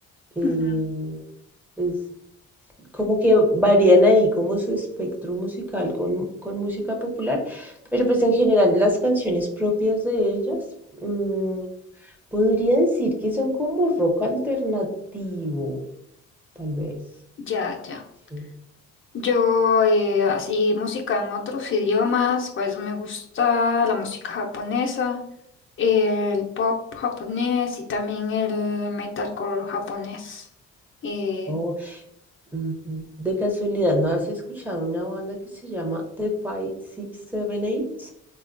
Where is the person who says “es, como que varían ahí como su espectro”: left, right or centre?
Centre